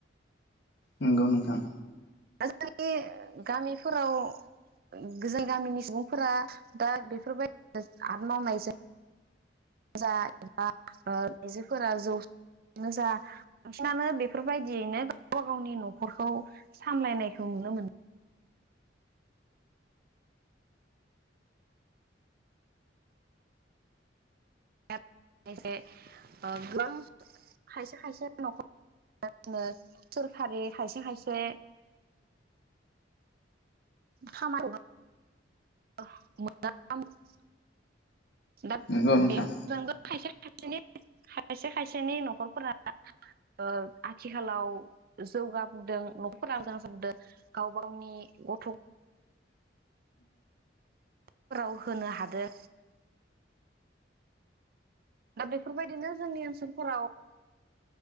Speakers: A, on the left; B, on the right.
A: नंगौ नोंथां
B: दा जोंनि गामिफोराव जों गामिनि सुबुंफोरा दा बेफोरबायदि आबाद मावनायजों जा एबा आइजोफोरा जौ संनाय जा बांसिनानो बेफोरबायदियैनो गावबा गावनि न'खरखौ सामलायनायखौ नुनो मोनो। <unintelligible> खायसे ओ गोबां खायसे खायसे न'खर सोरखारि खायसे खायसे खामायो। <unintelligible> दा
A: नंगौ नोंथां
B: बेजोंबो खायसे खायसेनि खायसे खायसेनि न'खरफोरा ओ आथिखालाव जौगाबोदों न'खरफोरा मोजां जाबदों गाव गावनि गथ' फोराव होनो हादों। दा बेफोरबायदिनो जोंनि ओनसोलफोराव